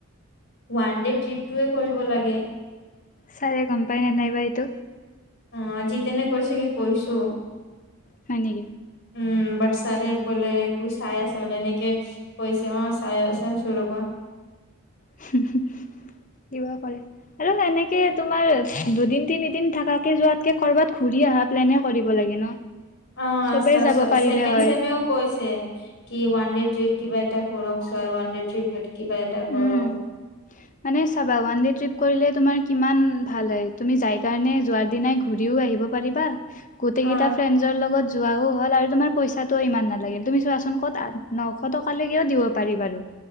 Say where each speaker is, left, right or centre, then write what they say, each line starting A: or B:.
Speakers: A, on the left; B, on the left.
A: ৱান ডে ট্ৰিপটোৱে কৰিব লাগে।
B: চাৰে গম পাই নে নাইবা এইটো।
A: অ, জিতেনে কৈছেগে, কৈছো।
B: হয় নেকি?
A: উম বাট চাৰে বোলে <unintelligible> বলে ইনেক কৈছে অ, চা চাই আছোঁ ৰবা। <unintelligible>
B: <unintelligible> কিবা কৰে, আৰু এনেকে তোমাৰ দুদিন তিনিদিন থাকাকে যোৱাতকে কৰবাত ঘুৰি অহা প্লেনহে কৰিব লাগে ন?
A: অ,
B: চবেই
A: আচছা আচছ
B: যাব
A: চছেকেণ্ড
B: পাৰিলে হয়
A: চেমেও কৈছে। কি ওৱান ডে ট্ৰিপ কিবা এটা কৰক ছাৰ, ওৱান ডে ট্ৰিপ কিবা এটা কৰক।
B: উম মানে চাবা ওৱান দে ট্ৰিপ কৰিলে তুমাৰ কিমান ভাল হয় তুমি যাই কাৰণে যোৱাৰ দিনাই ঘুৰিও আহিব ব পাৰিবা, গোটেই
A: অ
B: কেইতা ফ্ৰেণ্ডৰ লগত যোৱাও হল আৰু তোমাৰ পইচাটো ইমান নালাগিল। তুমি চোৱাচোন ক'ত আঠ, নশ টকালৈকেও দিব পাৰি বাৰু